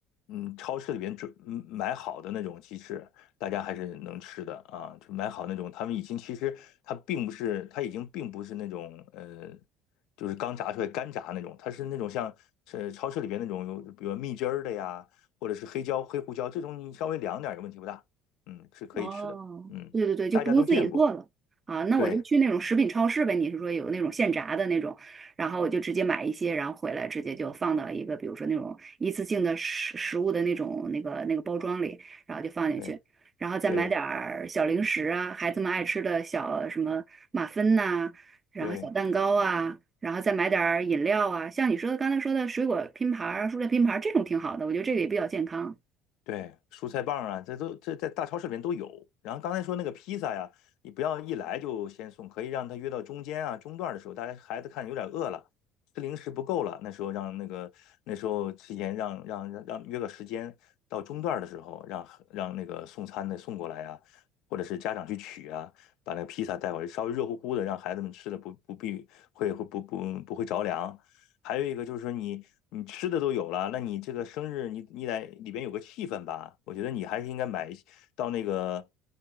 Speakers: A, on the left; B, on the right.
A: 嗯，超市里边准嗯买好的那种鸡翅，大家还是能吃的啊。就买好那种，他们已经其实它并不是，它已经并不是那种呃，就是刚炸出来干炸那种，它是那种像是超市里边那种有，比如蜜汁儿的呀，或者是黑椒、黑胡椒这种，你稍微凉点儿也问题不大，嗯，是可以吃的，
B: 哦，
A: 嗯，
B: 对对对，就不用自己做了啊。
A: 大家都见过，
B: 那我就去那种食品超市呗，
A: 对
B: 你是说有那种现炸的那种，然后我就直接买一些，然后回来直接就放到一个，比如说那种一次性的食食物的那种那个那个包装里，然后就放进去，
A: 对
B: 然后再买点儿小零食啊，
A: 对。
B: 孩子们爱吃的小什么马芬呐、然后小蛋糕啊，
A: 对
B: 然后再买点儿饮料啊，像你说的刚才说的水果拼盘儿啊蔬菜拼盘儿这种挺好的，我觉得这个也比较健康。
A: 对，蔬菜棒啊，这都这在大超市里面都有。然后刚才说那个披萨呀，你不要一来就先送，可以让他约到中间啊、中段的时候，大家孩子看有点饿了，吃零食不够了，那时候让那个那时候提前让让让让约个时间，到中段的时候让让那个送餐的送过来啊，或者是家长去取啊，把那个披萨带过来，稍微热乎乎的，让孩子们吃的不不必会会不不不会着凉，还有一个就是说你你吃的都有了，那你这个生日你你得里边有个气氛吧？我觉得你还是应该买一些到那个